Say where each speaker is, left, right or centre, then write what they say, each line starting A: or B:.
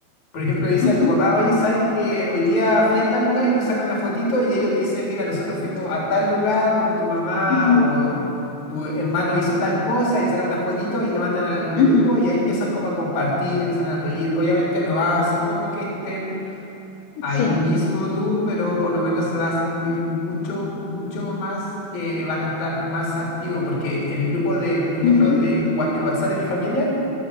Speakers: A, on the left (about 45°); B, on the left (about 70°).
A: Por ejemplo, le dices
B: Ujú,
A: a tu papá, oye, ¿sabes que hoy día fui a tal lugar y tú sacas una fotito y ellos te dicen, mira, nosotros fuimos a tal lugar con tu mamá
B: ujú,
A: o tu hermano hizo tal cosa y le sacan una fotito y la mandan al grupo
B: ujú.
A: y ahí empiezan como a compartir, empiezan a reír. Obviamente no va a ser como que estén ahí
B: Sí,
A: mismo tú, pero por lo menos se va a sentir mucho, mucho más que van a estar más activos porque en el grupo de, por ejemplo,
B: ujú,
A: de, Wha- de WhatsApp de mi familia.